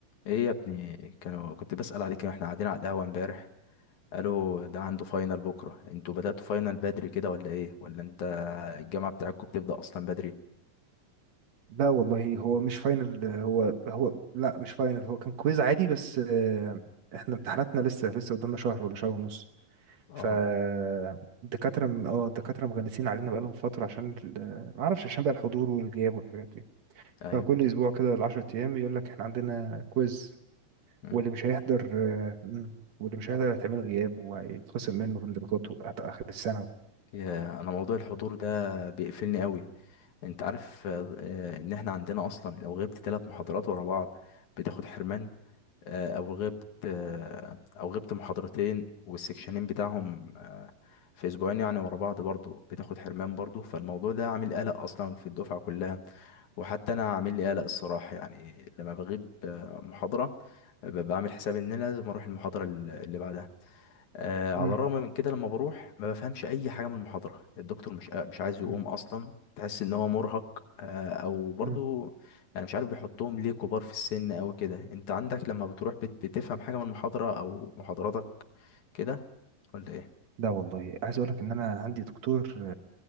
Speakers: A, on the left (about 65°); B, on the right (about 60°).
A: ايه يا ابني كانوا كنت بسأل عليك واحنا قاعدين على القهوة امبارح قالوا ده عنده فاينل بكرة انتوا بدأتوا فاينل بدري كده ولا ايه ولا انت الجامعة بتاعتكم بتبدأ اصلا بدري
B: لا والله هو مش فاينل هو هو لا مش فاينل هو كان كويز عادي بس آه، احنا امتحاناتنا لسه لسه قدامنا شهر ولا شهر ونص
A: اه
B: فالدكاترة م- اه الدكاترة مغلسين علينا بقالهم فترة عشان ال- ما اعرفش عشان بقى الحضور والغياب والحاجات دي
A: ايوه
B: فكل اسبوع كده العشر ايام يقول لك احنا عندنا كويز
A: مم.
B: واللي مش هيحضر آه، مم، واللي مش هيحضر هيتعمل غياب وهيتخصم منه من درجاته حتى اخر السنة
A: يا انا موضوع الحضور ده بيقفلني قوي انت عارف آه، ان احنا عندنا اصلا لو غبت ثلاث محاضرات ورا بعض بتاخد حرمان آه، او غبت آه، او غبت محاضرتين والسكشنين بتاعهم آه، في اسبوعين يعني ورا بعض برضو بتاخد حرمان برضو فالموضوع ده عامل قلق اصلا في الدفعه كلها وحتى انا عامل لي قلق الصراحه يعني لما بغيب آه، محاضره آه، ببقى عامل حساب ان انا لازم اروح المحاضره اللي اللي بعدها آه على
B: مم،
A: الرغم من كده لما بروح ما بفهمش اي حاجه من المحاضره الدكتور مش مش عايز
B: مم،
A: يقوم اصلا تحس ان هو مرهق آه او برضو
B: مم.
A: يعني مش عارف بيحطهم ليه كبار في السن او كده انت عندك لما بتروح بت بتفهم حاجه من المحاضره او محاضراتك كده ولا ايه
B: لا والله عايز اقول لك ان انا عندي دكتور